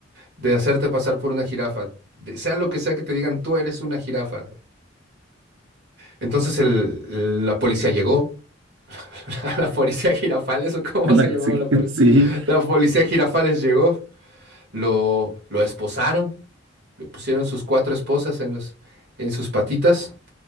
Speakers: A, on the right (about 55°); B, on the right (about 80°).
A: de hacerte pasar por una jirafa. De- sea lo que sea que te digan, tú eres una jirafa. Entonces el- la policía llegó. <laughs> La policía Girafales, o cómo
B: Es
A: se
B: la-
A: llamaba
B: <laughs> Sí,
A: la policía.
B: sí.
A: La policía Girafales llegó, lo, lo esposaron, le pusieron sus cuatro esposas en los, en sus patitas.